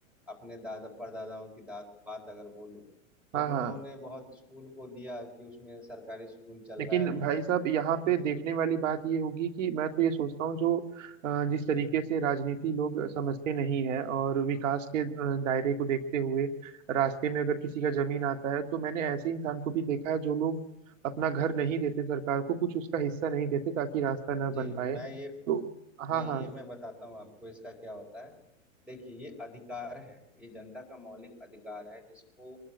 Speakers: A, in the centre; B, on the right (about 65°).
A: अपने दादा परदादाओं की दात बात अगर बोलूं तो
B: हाँ
A: उन्होंने
B: हाँ
A: बहुत स्कूल को दिया कि उसमें सरकारी स्कूल चल
B: लेकिन
A: रहा है अभी
B: भाई साहब यहाँ
A: ठीक
B: पे
A: है
B: देखने वाली बात ये होगी कि मैं तो ये सोचता हूँ जो अ, जिस तरीके से राजनीति लोग समझते नहीं है और विकास के अ, दायरे को देखते हुए रास्ते में अगर किसी का जमीन आता है तो मैंने ऐसे इंसान को भी देखा है जो लोग अपना घर नहीं देते सरकार को कुछ उसका हिस्सा नहीं देते ताकि रास्ता ना बन
A: जी
B: पाए
A: मैं ये
B: तो हाँ
A: नहीं
B: हाँ
A: ये मैं बताता हूँ आपको इसका क्या होता है देखिए ये अधिकार है ये जनता का मौलिक अधिकार है जिसको